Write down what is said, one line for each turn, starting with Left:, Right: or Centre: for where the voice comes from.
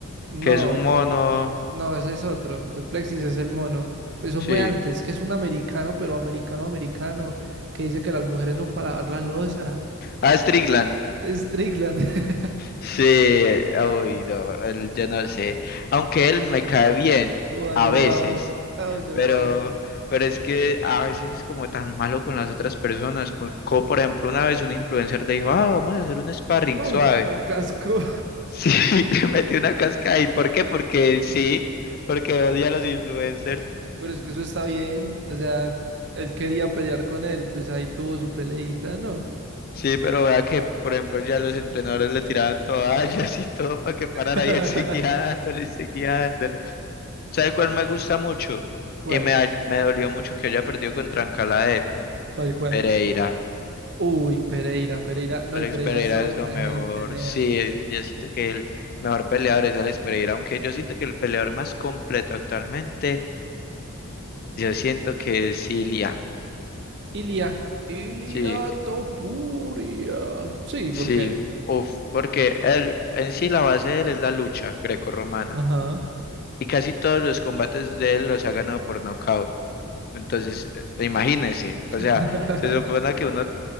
Right: No,
Left: que es un mono,
Right: no, ese es otro. Duplexis es el mono. Eso
Left: sí.
Right: fue antes, que es un americano, pero americano americano, que dice que las mujeres son para lavar la loza.
Left: Ah, Strickland,
Right: Strickland. <laughs>
Left: sí, uy, no, él, yo no sé, aunque él me cae bien,
Right: Oh,
Left: a
Right: yo
Left: veces,
Right: lo amo. Oh, yo
Left: pero,
Right: lo amo.
Left: pero es que a veces es como tan malo con las otras personas, co- como por ejemplo una vez un influencer te dijo, ah, vamos a hacer un sparring
Right: Uh,
Left: suave,
Right: lo casco.
Left: sí, <laughs> le metí una casca ahí, ¿por qué? Porque sí, porque odia a los influencers.
Right: Pero es que eso está bien. O sea, él quería pelear con él, pues ahí tuvo su peleita, ¿no?
Left: Sí, pero vea que, por ejemplo, ya los entrenadores le tiraban toallas y todo para que parara
Right: <laughs>
Left: y él <laughs> seguía dándole y seguía dándole. ¿Sabe cuál me gusta mucho?
Right: ¿Cuál?
Left: Y me, da- me dolió mucho que haya perdido contra Trancalá de
Right: ¿Cuál, cuál?
Left: Pereira.
Right: Uy, Pereira, Pereira. No,
Left: Alex
Right: y Pereira
Left: Pereira
Right: es toda
Left: es
Right: buena
Left: lo mejor.
Right: gente, Nea.
Left: Sí, yo siento que el mejor peleador es Alex Pereira, aunque yo siento que el peleador más completo actualmente, yo siento que es Ilia.
Right: Ilia. Ilia
Left: Sí,
Right: Topuria. Sí, ¿por
Left: sí.
Right: qué?
Left: Uf, porque él, en sí la base de él es la lucha grecorromana
Right: Ajá.
Left: Y casi todos los combates de él los ha ganado por nocaut. Entonces, eh, imagínense, o sea,
Right: <laughs>
Left: se supone que uno